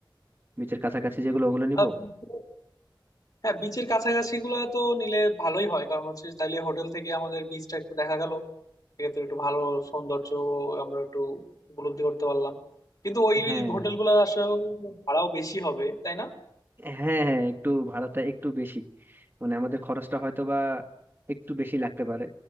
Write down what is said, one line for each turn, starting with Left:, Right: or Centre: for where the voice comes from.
Right: বিচের কাছাকাছি যেগুলো ওগুলো নিব
Left: আহ, beach- হ্যাঁ বিচের কাছাকাছি গুলো তো নিলে ভালোই হয় কারণ হচ্ছে তাইলে হোটেল থেকে আমাদের বিচটা একটু দেখা গেল সেক্ষেত্রে একটু ভালো সৌন্দর্য আমরা একটু উপলব্ধি করতে পারলাম কিন্তু ওই
Right: হ্যাঁ
Left: হোটেল গুলো আসলে ভাড়াও বেশি হবে তাই না
Right: হ্যাঁ হ্যাঁ একটু ভাড়াটা একটু বেশি মানে আমাদের খরচটা হয়তো বা একটু বেশি লাগতে পারে